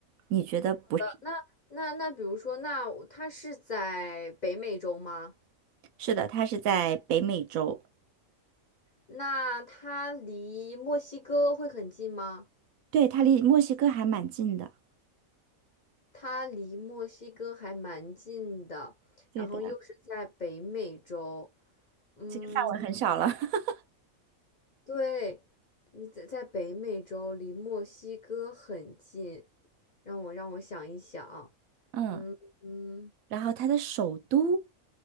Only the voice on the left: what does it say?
那那那比如说，那我它是在北美洲吗？
那它离墨西哥会很近吗？
它离墨西哥还蛮近的，
然后又是在北美洲。嗯，
对，你在在北美洲，离墨西哥很近。让我让我想一想，
嗯嗯，